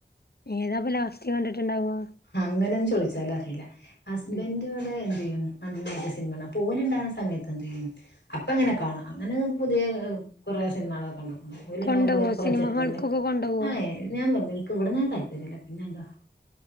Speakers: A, on the left; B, on the left.
A: ഏതാപ്പ ലാസ്റ്റ് കണ്ടിട്ടുണ്ടാവാ
B: അങ്ങനെന്ന് ചോദിച്ചാലറിയില്ല ഹസ്ബൻഡോടെ
A: ഉം
B: എന്ത്യ്യും നന്നായിട്ട് സിനിമാണ അപ്പോ ഓലുണ്ടാവുന്ന സമയത്ത് എന്തേയ്യും അപ്പൊ എങ്ങനെ കാണ അങ്ങനെ പുതിയ കുറെ സിനിമകളൊകൊണ്ട് ഓലുണ്ടാവുമ്പോ
A: കൊണ്ടോവോ
B: ഇങ്ങനെ പ്രൊജക്ടറില്
A: സിനിമ ഹാൾക്കൊക്കെ കൊണ്ടോവോ
B: ആ എ ഞാൻ പറഞ്ഞു എനക്ക് ഇവിടുന്നേ താല്പര്യല്ല പിന്നെന്താ